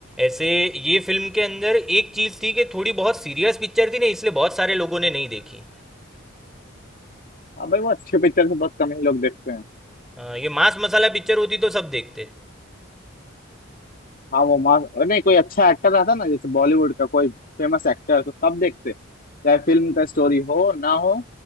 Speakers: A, in the centre; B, on the left.
A: ऐसे ये फिल्म के अंदर एक चीज़ थी कि थोड़ी बहुत सीरियस पिक्चर थी ना इसलिए बहुत सारे लोगों ने नहीं देखी
B: हाँ भाई वो अच्छे पिक्चर से बहुत कम ही लोग देखते हैं
A: अ, ये मांस मसाला पिक्चर होती तो सब देखते
B: हाँ वो मास नहीं कोई अच्छा एक्टर रहता ना जैसे बॉलीवुड का कोई फेमस एक्टर तो सब देखते चाहे फिल्म का स्टोरी हो ना हो